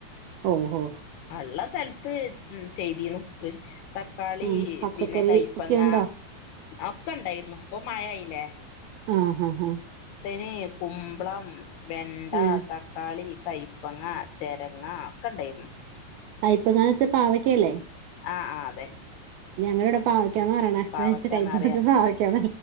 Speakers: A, on the right; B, on the left.
A: ഓ ഓ
B: ഉള്ള സ്ഥലത്ത് ചെയ്തിന്നുകൃഷി തക്കാളി
A: ഉം പച്ചക്കറി
B: പിന്നെ കൈപ്പങ്ങ
A: ഒക്കെ ഉണ്ടോ
B: ഒക്കെ ഇണ്ടായിരുന്നു ഇപ്പൊ മായായില്ലേ
A: ആഹ് ആ ആ
B: പിന്നെകുമ്പളം വെണ്ട
A: ആഹ്
B: തക്കാളി കയപ്പങ്ങ ചേരങ്ങാ ഒക്കെ ഉണ്ടായിന്നു
A: കയിപ്പങ്ങാ വെച്ചാ ൽപാവക്ക അല്ലേ
B: ആ ആ അതെ
A: ഞങ്ങൾ ഇവിടെ പാവക്കാന്ന് പറയണ്
B: പാവക്കാന്നറിയാ
A: കൈപ്പ ക്കപാവക്ക